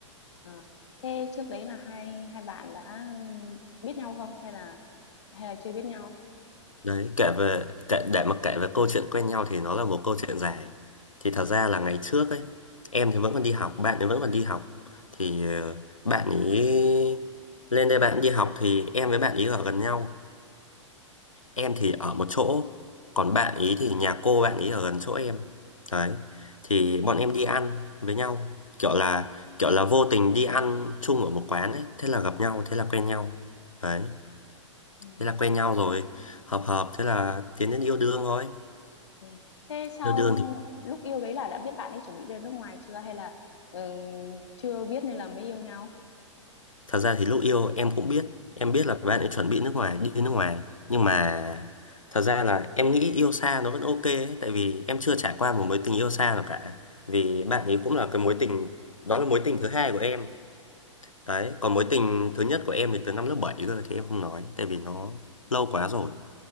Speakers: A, on the left; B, on the left.
A: Ờ. thế trước đấy là hai hai bạn đã biết nhau không hay là hay là chưa biết nhau
B: Đấy, kể về kể, để mà kể về câu chuyện quen nhau thì nó là một câu chuyện dài. Thì thật ra là ngày trước ấy, em thì vẫn còn đi học, bạn thì vẫn còn đi học. Thì ờ, bạn ấy lên đây bạn đi học thì em với bạn ấy ở gần nhau. em thì ở một chỗ còn bạn ý thì nhà cô bạn ý ở gần chỗ em đấy thì bọn em đi ăn với nhau kiểu là kiểu là vô tình đi ăn chung ở một quán ấy thế là gặp nhau thế là quen nhau đấy
A: ừ.
B: thế là quen nhau rồi hợp hợp thế là tiến đến yêu đương thôi
A: Ừ. thế sau
B: yêu đương thì
A: lúc yêu đấy là đã biết bạn ấy chuẩn bị ra nước ngoài chưa hay là ừ, chưa biết nên là mới yêu nhau
B: Thật ra thì lúc yêu em cũng biết, em biết là bạn ấy chuẩn bị nước ngoài, đi nước ngoài. Nhưng mà thật ra là em nghĩ yêu xa nó vẫn ok ấy, tại vì em chưa trải qua một mối tình yêu xa nào cả. Vì bạn ấy cũng là cái mối tình, đó là mối tình thứ hai của em. Đấy, còn mối tình thứ nhất của em thì từ năm lớp 7 cơ thì em không nói, tại vì nó lâu quá rồi.